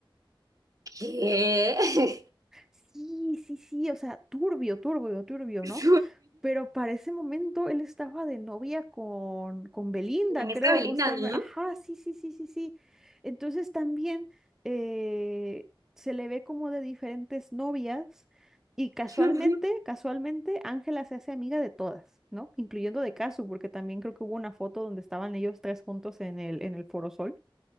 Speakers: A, on the right; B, in the centre.
A: ¿qué? <laughs>
B: Sí, sí, sí, o sea, turbio, turbio, turbio,
A: Es
B: ¿no? Pero para ese momento él estaba de novia con, con Belinda,
A: Con
B: creo,
A: esta Belina,
B: justamente.
A: ¿no?
B: Ajá, sí, sí, sí, sí, sí. Entonces también eh, se le ve como de diferentes novias y casualmente,
A: Qué horror.
B: casualmente, Ángela se hace amiga de todas, ¿no? Incluyendo de Casu, porque también creo que hubo una foto donde estaban ellos tres juntos en el, en el Foro Sol.